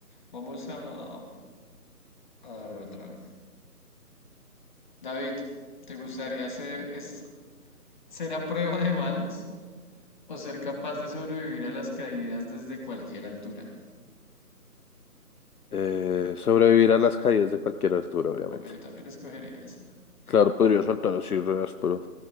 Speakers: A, on the left; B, on the left.
A: vamos a, a dar otra. David, ¿te gustaría ser, es, ser a prueba de balas o ser capaz de sobrevivir a las caídas desde cualquier altura?
B: Eh, sobrevivir a las caídas de cualquier altura, obviamente.
A: Bueno, yo también escogería esa.
B: Claro, podría
A: Vamos.
B: saltar así, pero